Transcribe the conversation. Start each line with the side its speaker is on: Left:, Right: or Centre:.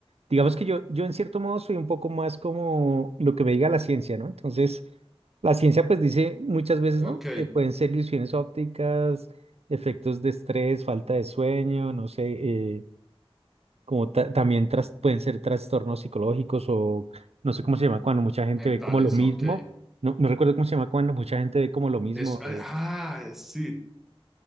Right: digamos que yo, yo en cierto modo soy un poco más como lo que me diga la ciencia, ¿no? Entonces, la ciencia pues dice muchas veces, ¿no?
Centre: Ok,
Right: Eh, pueden ser ilusiones ópticas, efectos de estrés, falta de sueño, no sé. eh, como ta- también tras- pueden ser trastornos psicológicos o no sé cómo se llama cuando mucha gente
Centre: mentales,
Right: ve como lo mismo.
Centre: ok.
Right: No, no recuerdo cómo se llama cuando mucha gente ve como lo mismo.
Centre: Es, ah,
Right: eh,
Centre: sí.